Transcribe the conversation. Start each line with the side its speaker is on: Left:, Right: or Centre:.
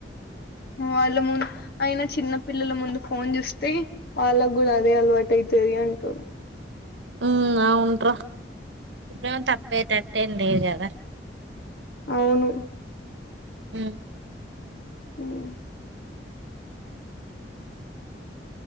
Left: వాళ్ళ మున్ అయిన చిన్న పిల్లల ముందు ఫోన్ జూస్తే, వాళ్ళకు గూడా అదే అలవాటు అయి. <unintelligible>
Right: ఊమ్ అవున్ రా ఇప్పేమొ తప్పేటట్టేం లేదు గదా
Left: అవును
Right: ఉ
Left: ఊహ్